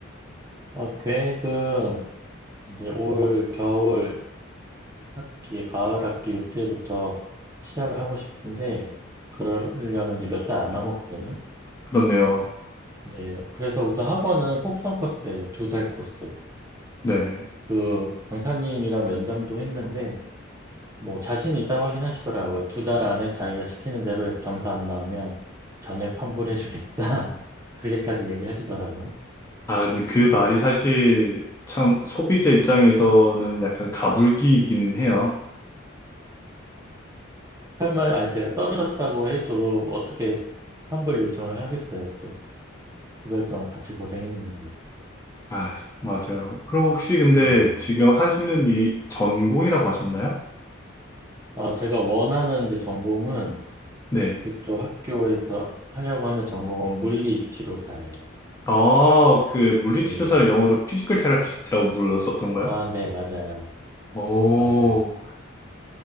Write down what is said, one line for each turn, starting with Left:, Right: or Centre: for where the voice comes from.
Right: 어, 계획은 이제 올 겨울 학기, 가을 학기 요때부터 시작을 하고 싶은데 그러려면 이제 몇 달 안 남았거든요.
Left: 그렇네요.
Right: 네, 그래서 우선 학원은 속성 코스예요. 두 달 코스.
Left: 네.
Right: 그 강사님이랑 면담도 했는데 뭐 자신 있다고 하긴 하시더라고요. 두 달 안에 자기가 시키는 대로 해서 점수 안 나오면 전액 환불해주겠다. <laughs> 그렇게까지 얘기하시더라고요.
Left: 아, 근데 그 말이 사실 참 소비자 입장에서는 약간 가불기이기는 해요.
Right: 설마 아니 제가 떨어졌다고 해도 어떻게 환불 요청을 하겠어요, 또. 두 달 동안 같이 고생했는데.
Left: 아, 맞아요. 그럼 혹시 근데
Right: 네.
Left: 지금 하시는 이 전공이라고 하셨나요?
Right: 아, 제가 원하는 이제 전공은
Left: 네.
Right: 그쪽 학교에서 하려고 하는 전공은 물리치료사예요.
Left: 아, 그 물리치료사를
Right: 네.
Left: 영어로 피지컬 테라피스트라고 불렀었던 거야?
Right: 아, 네, 맞아요.
Left: 오,
Right: 맞아요.